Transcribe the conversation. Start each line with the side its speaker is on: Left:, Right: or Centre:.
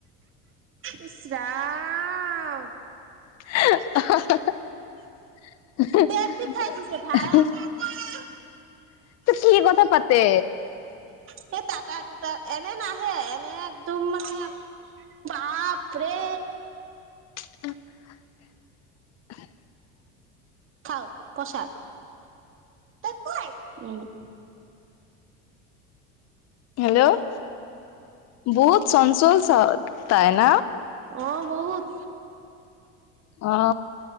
Right: ইছ ৰাম।
Left: <inaudible> <inaudible>
Right: পেট বিষাই দিছে ভাই
Left: ত' কি কথা পাতে?
Right: সেই টাটা টা এনে নাহে এনে ত' মানে বাপৰে।
Left: <inaudible>
Right: খাওঁ প্ৰসাদ <unintelligible> উম,
Left: হেল্ল' বহুত চঞ্চল চ তাই ন?
Right: অ', বহুত।
Left: অ